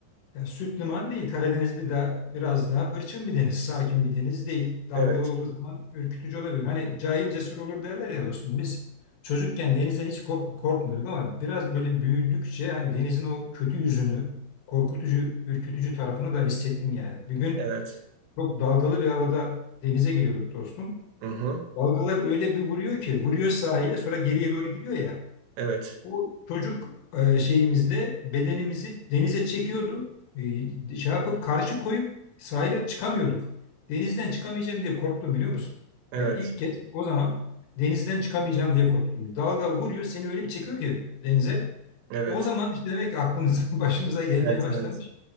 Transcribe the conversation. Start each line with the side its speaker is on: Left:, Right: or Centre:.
Left: Ya süt liman değil. Karadeniz bir da biraz daha hırçın bir deniz. Sakin bir deniz değil. Dalgalı
Right: Evet,
Left: olduğu zaman ürkütücü olabilir. Hani cahil cesur olur derler ya dostum. Biz çocukken denizden hiç kork- korkmuyorduk ama biraz böyle büyüdükçe hani denizin o kötü yüzünü, korkutucu, ürkütücü tarafını da hissettim yani. Bir gün
Right: evet.
Left: çok dalgalı bir havada denize giriyorduk dostum.
Right: Hı hı.
Left: Dalgalar öyle bir vuruyor ki vuruyor sahile sonra geriye doğru gidiyor ya.
Right: Evet,
Left: Bu çocuk e, şeyimizde bedenimizi denize çekiyordu. E, şey yapıp karşı koyup sahile çıkamıyorduk. Denizden çıkamayacağım diye korktum biliyor musun?
Right: evet,
Left: Yani ilk kez o zaman denizden çıkamayacağım diye korktum. Dalga vuruyor seni öyle bir çekiyor ki denize.
Right: evet,
Left: O zaman işte demek ki aklımıza <laughs> başımıza gelmeye
Right: evet,
Left: başlamış.
Right: evet, evet,